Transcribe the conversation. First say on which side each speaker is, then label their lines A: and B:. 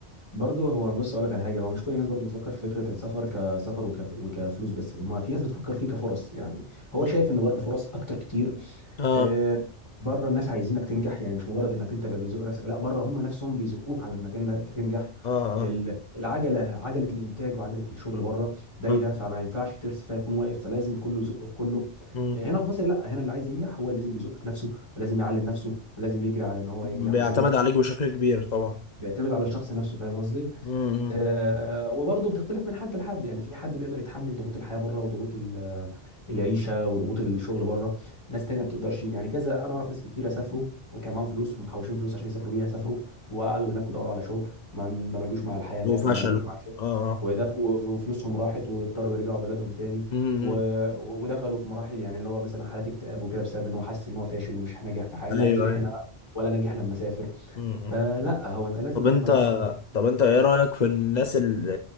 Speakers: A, on the left; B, on the left.
A: برضه هو بص اقول لك على حاجه هو مش كل الناس برضه بتفكر في فكره السفر كسفر وكف... وكفلوس بس ما في ناس بتفكر فيه كفرص يعني هو
B: <laughs>
A: شايف ان بره الفرص اكتر كتير
B: اه
A: آه، بره الناس عايزينك تنجح يعني مش مجرد انك انت اللي بيزق نفسك لا بره هم نفسهم بيزقوك على انك إن انت تنجح
B: اه اه,
A: ال- العجله عجله الانتاج وعجله الشغل بره دايره
B: آه.
A: فما ينفعش ترسي فيكون واقف فلازم كله يزق في كله
B: مم.
A: آه، هنا في مصر لا هنا اللي عايز ينجح هو اللي لازم بيزق في نفسه ولازم يعلم نفسه ولازم يجري على ان هو
B: بيعتمد
A: ينجح وكده
B: عليك بشكل كبير طبعا
A: بيعتمد على الشخص نفسه فاهم قصدي
B: مم.
A: آه، وبرضه بتختلف من حد لحد يعني في حد بيقدر يتحمل ضغوط الحياه بره وضغوط ال- العيشه وضغوط الشغل بره ناس تانية ما بتقدرش يعني كذا انا اعرف ناس كتيره سافروا وكان معاهم فلوس ومحوشين فلوس عشان يسافروا بيها سافروا وقعدوا هناك ودوروا على شغل ما اندمجوش مع الحياه هناك
B: وفشله
A: ما اندمجوش مع الشغل
B: اه اه
A: وده وفلوسهم راحت واضطروا يرجعوا بلدهم تاني
B: مم.
A: و... ودخلوا في مراحل يعني اللي هو مثلا حالات اكتئاب وكده بسبب ان هو حاسس ان هو فاشل ومش ناجح في حاجه لا
B: ايوه
A: ناجح
B: ايوه
A: هنا ولا ناجح لما سافر
B: مم.
A: فلا هو انت لازم
B: طب
A: قبل
B: انت
A: ما تاخد
B: طب انت ايه رأيك في الناس اللي,